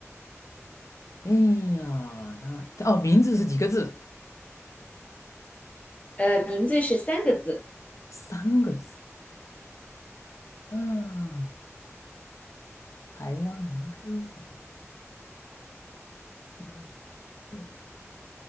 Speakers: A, on the left; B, on the left.
A: 哎呀，那哦，名字是几个字？
B: 呃，名字是三个字。
A: 三个字。嗯、台湾男歌手，不到五十岁。